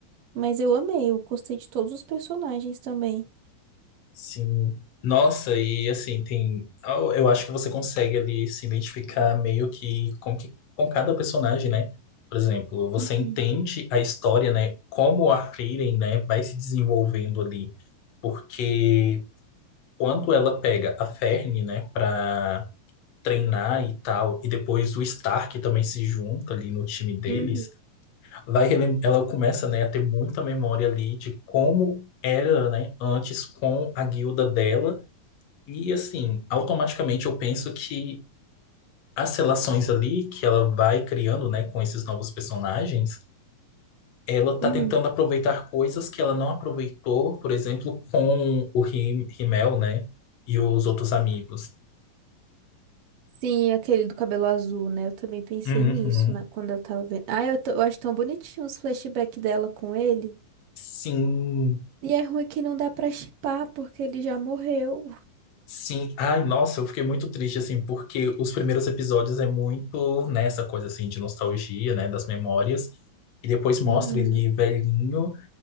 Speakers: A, on the right; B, on the left.
A: mas eu amei, eu gostei de todos os personagens também.
B: Sim. Nossa, e assim, tem. Eu eu acho que você consegue ali se identificar meio que com, que, com cada personagem, né? Por exemplo, você
A: Uhum,
B: entende a história, né? Como a Frieren, né, vai se desenvolvendo ali. Porque quando ela pega a Fern, né, pra treinar e tal, e depois o Stark também se junta ali no time deles,
A: uhum,
B: vai relem- ela começa, né, a ter muita memória ali de como era, né, antes com a guilda dela, e assim, automaticamente eu penso que as relações ali que ela vai criando, né, com esses novos personagens, ela tá
A: uhum.
B: tentando aproveitar coisas que ela não aproveitou, por exemplo, com o Rim- Rimmel, né, e os outros amigos.
A: Sim, aquele do cabelo azul, né? Eu também pensei
B: Uhum.
A: nisso na, quando eu tava vendo. Ah, eu, t- eu acho tão bonitinho os flashbacks dela com ele.
B: Sim,
A: E é ruim que não dá pra chipar, porque ele já morreu.
B: Sim, ai, nossa, eu fiquei muito triste, assim, porque os primeiros episódios é muito nessa coisa, assim, de nostalgia, né, das memórias, e depois mostra
A: Uhum.
B: ele velhinho,